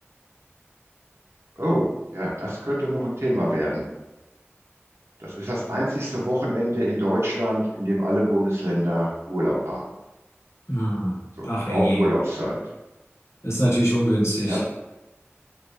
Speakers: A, on the right (about 70°); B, on the left (about 70°).
A: Oh, ja, das könnte noch ein Thema werden. Das ist das einzigste Wochenende in Deutschland, in dem alle Bundesländer Urlaub haben.
B: Hm.
A: So,
B: Ach
A: Haupturlaubszeit.
B: herrje, ist natürlich ungünstig.
A: Ja,